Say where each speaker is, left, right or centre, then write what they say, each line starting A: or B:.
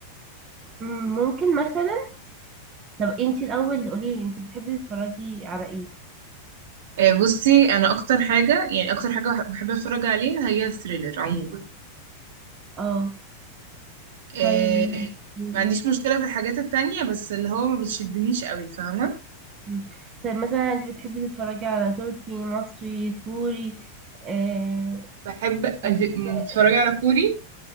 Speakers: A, on the right (about 25°); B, on the right (about 55°).
A: مم، ممكن مثلا طب انتي الاول قولي لي انتي بتحبي تتفرجي على ايه
B: إيه بصي انا اكتر حاجة يعني اكتر حاجة بح- بحب اتفرج عليها هي الثريلر عموما
A: اه
B: إيه
A: طيب مم،
B: ما عنديش مشكلة في الحاجات التانية بس اللي هو ما بتشدنيش اوي فاهمة؟
A: مم. طيب مثلا انتي بتحبي تتفرجي على تركي مصري كوري اه
B: بحب
A: طب
B: انت
A: بتحبي على
B: بتتفرجي
A: إيه؟
B: على كوري؟